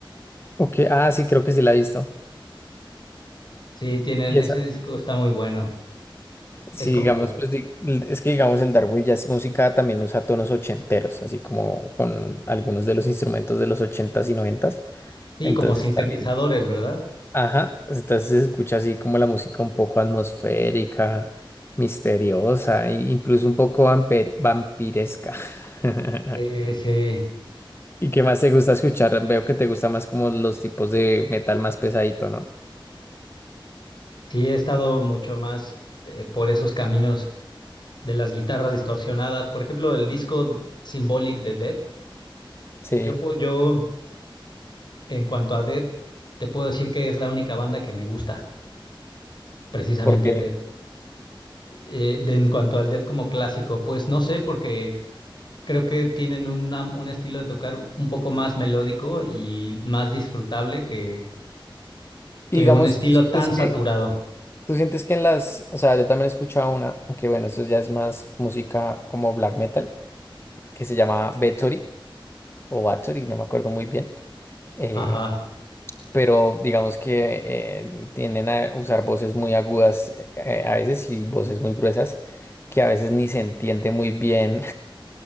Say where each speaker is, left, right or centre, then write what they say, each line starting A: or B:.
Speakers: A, on the left (about 25°); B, on the left (about 55°).
A: Ok, ah, sí, creo que sí la he visto.
B: Sí, tienen,
A: Y
B: ese
A: esa,
B: disco está muy bueno.
A: sí,
B: Es como,
A: digamos, pues di- es que digamos el Dark Jazz música también usa tonos ochenteros, así como con algunos de los instrumentos de los ochentas y noventas.
B: sí,
A: Entonces
B: como sintetizadores,
A: también,
B: ¿verdad?
A: ajá, entonces se escucha así como la música un poco atmosférica, misteriosa, e incluso un poco vampe- vampiresca. <laughs>
B: Sí, sí.
A: ¿Y qué más te gusta escuchar? Veo que te gusta más como los tipos de metal más pesadito, ¿no?
B: Sí, he estado mucho más eh, por esos caminos de las guitarras distorsionadas. Por ejemplo, el disco Symbolic de Dead.
A: Sí,
B: Yo, po- yo, en cuanto a Dead, te puedo decir que es la única banda que me gusta, precisamente
A: porque
B: Dead. Eh, de- en cuanto al Dead como clásico, pues no sé, porque creo que tienen una- un estilo de tocar un poco más melódico y más disfrutable que, que
A: Y digamos,
B: un estilo
A: tú sientes
B: tan
A: que,
B: saturado.
A: tú sientes que en las, o sea, yo también he escuchado una, aunque bueno, esto ya es más música como black metal, que se llama Bathory o Bathory, no me acuerdo muy bien. eh,
B: Ajá,
A: pero digamos que eh, tienden a usar voces muy agudas eh, a veces y voces muy gruesas que a veces ni se entiende muy bien